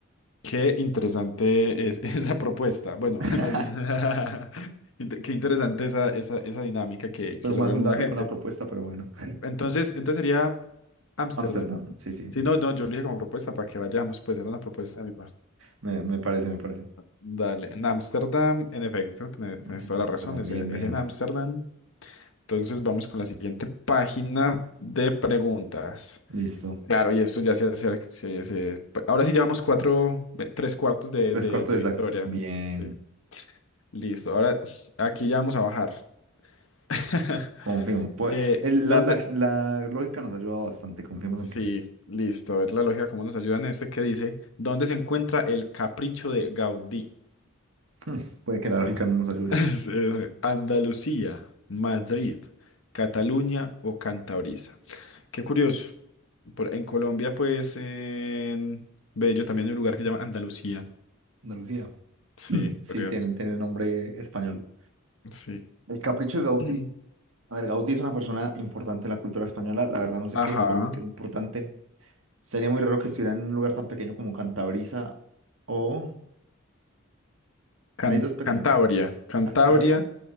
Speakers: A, on the left; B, on the right.
A: qué interesante es <laughs> esa propuesta. Bueno,
B: <laughs>
A: <laughs> más bien, <laughs> inte- qué interesante esa, esa, esa dinámica que, que
B: Fue más
A: logra
B: un
A: alguna
B: dato
A: gente.
B: que una propuesta, pero bueno. <laughs>
A: Entonces, entonces sería Ámsterdam.
B: Ámsterdam, sí, sí.
A: Si no, no, yo lo dije como propuesta para que vayamos, pues era una propuesta de mi parte.
B: Me, me parece, me parece.
A: Dale, en Ámsterdam, en efecto, tiene- tienes
B: Ok,
A: toda
B: Ámsterdam,
A: la razón, es,
B: bien,
A: e- es
B: bien.
A: en Ámsterdam. Entonces vamos con la siguiente página de preguntas.
B: Listo.
A: Claro, y esto ya se hace, se- se- ahora sí llevamos cuatro, ve- tres cuartos de,
B: Tres
A: de-
B: cuartos
A: de
B: exactos.
A: victoria.
B: Bien.
A: Sí, listo. Ahora aquí ya vamos a bajar. <laughs>
B: Confirmo. Pue-
A: Eh,
B: el-
A: ¿dónde?
B: la, la- la lógica nos ha ayudado bastante. Confiemos
A: Sí,
B: en que no.
A: listo. A ver la lógica, cómo nos ayuda en este que dice, ¿dónde se encuentra el capricho de Gaudí?
B: <laughs> Hmm, Puede que la lógica no nos ayude.
A: <laughs> Sí, sí. Andalucía, Madrid, Cataluña o Cantabria. Qué curioso. Por- en Colombia, pues, en Bello también hay un lugar que se llama Andalucía.
B: Andalucía.
A: Sí,
B: <clears throat> Sí,
A: curioso.
B: tienen, tienen nombre español.
A: Sí.
B: El capricho de Gaudí.
A: <clears throat>
B: A ver, Gaudí es una persona importante en la cultura española. La verdad no sé qué
A: Ajá.
B: es, pero sé que es importante. Sería muy raro que estuviera en un lugar tan pequeño como Cantabria o...
A: Can-
B: Hay dos pequeños,
A: Cantabria. Cantabria,
B: Cantabria